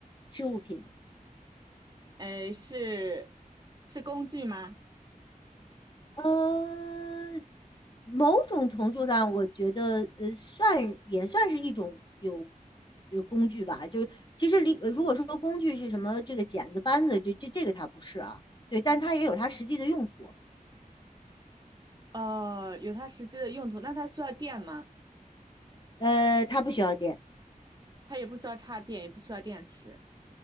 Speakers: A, on the left; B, on the right.
A: 是物品。
B: 呃，是是工具吗？
A: 呃，某种程度上，我觉得呃，算也算是一种有有工具吧。就是其实离呃如果说工具是什么，这个剪子、扳子，这这这个它不是啊，对，但它也有它实际的用途。
B: 哦，有它实际的用途。那它需要电吗？
A: 呃，它不需要电，
B: 它也不需要插电，也不需要电池。